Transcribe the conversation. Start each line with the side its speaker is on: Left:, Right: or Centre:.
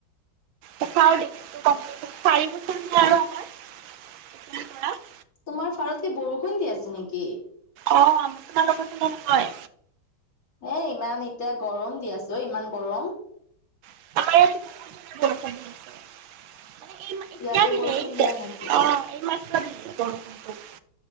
Right: দে চাৰি বছৰ ন আৰু আমাৰ <unintelligible>
Left: তোমাৰ ফালকে বৰষুণ দি আছে নেকি।
Right: অহ আপোনালোকে চোন কয়
Left: এই ইমান এতিয়া গৰম দি আছেঔ ইমান গৰম।
Right: আমাৰ ইয়াত বিৰাদ জোৰকে বৰষুণ দি দিছে মানে এই এতিয়া
Left: ইয়াতে
Right: দিলে
Left: বৰষুণ
Right: এই
Left: দিয়া নাইতো।
Right: যে অহ এই মাএ দি দিছে।